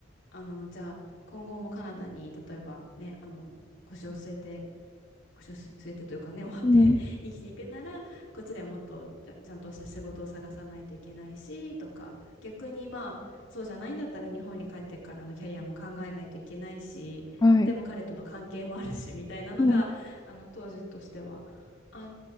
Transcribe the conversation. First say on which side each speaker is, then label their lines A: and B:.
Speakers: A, on the left; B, on the left.
A: あの、じゃあ、今後もカナダに、例えばね、あの、腰を据えて、スウ据えてというか根を張って生きていくなら
B: うん。
A: <laughs> こっちでもっとちゃちゃんとした仕事を探さないといけないしとか逆にまあそうじゃないんだったら日本に帰ってからのキャリアも考えないといけないしでも彼との関係もあるしみたいなのがあの当時としてはあっ
B: はい。うん。